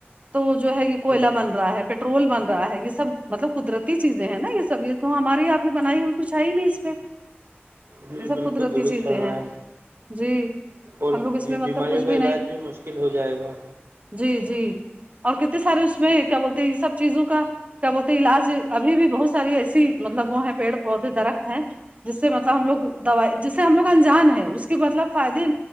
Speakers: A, on the right; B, on the right.
A: تو وہ جو ہے یہ کوئلا
B: جی
A: بن رہا ہے پیٹرول بن رہا ہے یہ سب مطلب قدرتی چیزیں ہیں نا یہ سب یہ تو ہماری آپ ہی بنائی ہوئی کچھ ہے ہی نہیں اس پہ
B: جی
A: یہ سب
B: بالکل
A: قدرتی
B: درست
A: چیزیں
B: فرمایا
A: ہیں جی
B: اور
A: ہم لوگ اس
B: یہ
A: میں مطلب
B: بیماریوں
A: کچھ
B: کا
A: بھی
B: علاج
A: نہیں
B: مشکل ہو جائے گا
A: جی جی اور کتنے سارے اس میں کیا بولتے یہ سب چیزوں کا کیا بولتے علاج ابھی بھی بہت ساری ایسی مطلب وہ ہیں پیڑ پودے درخت ہیں جس سے مطلب ہم لوگ دوائی جس سے ہم لوگ انجان ہے اس کے مطلب فائدے